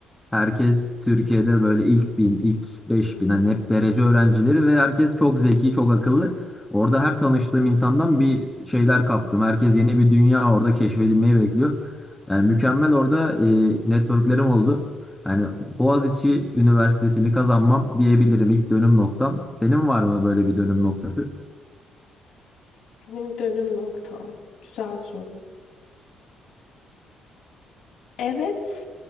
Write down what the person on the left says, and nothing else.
Benim dönüm noktam. Güzel soru. Evet